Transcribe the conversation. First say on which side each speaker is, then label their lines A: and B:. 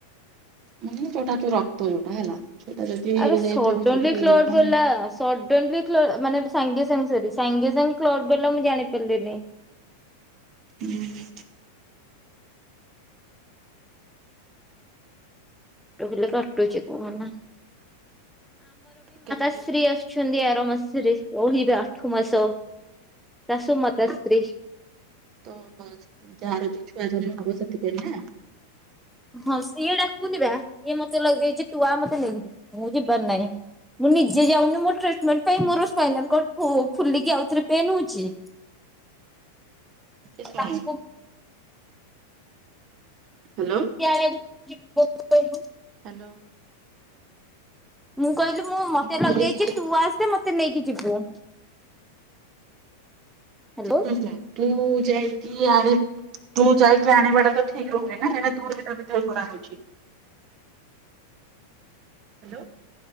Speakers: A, on the right; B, in the centre.
A: ମାନେ ଯୋଉଟା ଯୋ ରକ୍ତ ଯୋଉଟା ହେଲା ସେଟା ଯଦି ହେଇ
B: ଆରେ
A: ଯାଇଥିବ
B: ସଡନଲି କ୍ଲଟ ଗଲା
A: <unintelligible>
B: ସଡନଲି କ୍ଳ ଅ ମାନେ ସାଙ୍ଗେ ସାଙ୍ଗେ ସରି ସାଙ୍ଗେ ସାଙ୍ଗେ କ୍ଳଟ ଗଲା ମୁଁ ଜାଣି ପାରିଲିନି।
A: ହୁଁ ହଁ
B: ପେଟ ଖାଲି କାଟୁଛି କହନା।
A: କେତେ
B: ଆସୁଛନ୍ତି
A: ଦିନ
B: ଆର ମାସରେ ରହିବେ ଆଠ ମାସ ଶାଶୁ ମାତାଶ୍ରୀ।
A: ତୋର ଯୋ ଯା ର ଯୋଉ ଛୁଆ ଜନ୍ମ ହବ ସେଥିପାଇଁ ନା।
B: ହଁ ସିଏ ଡାକୁୁନିବା ଇଏ ମତେ ଲଗେଇଛି ତୁଆ ମତେ ନେଇକିଯିବୁ ମୁଁ ଯିବାର ନାଇଁ। ମୁଁ ନିଜେ ଯାଉନି ମୋ ଟ୍ରିଟମେଣ୍ଟ ପାଇଁ ମୋର ସ୍ପାଇନାଲକଡ଼ ଫୋ ଫୁଲିକି ଆଉଥରେ ପେନ୍ ହଉଛି।
A: ସେ କଣ?
B: ତାକୁ
A: ହ୍ୟାଲୋ।
B: <unintelligible>
A: ହ୍ୟାଲୋ।
B: ମୁଁ କହିଲି ମୁଁ ମତେ
A: କହିଲି
B: ଲଗେଇଛି
A: ଯେ
B: ତୁ ଆସେ ମତେ ନେଇକି ଯିବୁ। ହ୍ୟାଲୋ
A: ଯେ ତୁ ଯା। ତୁ ଯାଇକି ଆଣିବା ଟା ତ ଠିକ ରହୁନି ନା ଏଇନା ତୋର ବି ତ ଦେହ ଖରାପ ହଉଛି। ହ୍ୟାଲୋ।